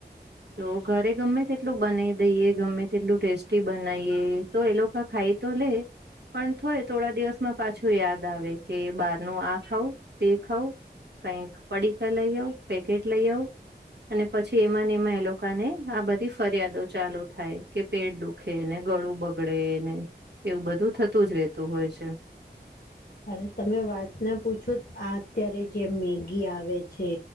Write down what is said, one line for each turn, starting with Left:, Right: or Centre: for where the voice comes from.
Right: તો ઘરે ગમે તેટલું બનાઈ દઈએ, ગમે તેટલું ટેસ્ટી બનાઈએ તો એ લોકો ખાઈ તો <unintelligible> પણ થોય થોડા દિવસમાં પાછું યાદ આવે કે બારનું આ ખઉ તે ખઉં. કઈક પડીકા લઈ આઉ, પેકેટ લઈ આઉ અને પછી એમાં ન એમાં એ લો ને આ બધી ફરિયાદો ચાલુ થાય કે પેટ દુખેને ગળું બગડે ને. એવું બધું થતું જ રહેતું હોય છે.
Left: અરે તમે વાત ના પૂછો આ અત્યારે જે મેગી આવે છે.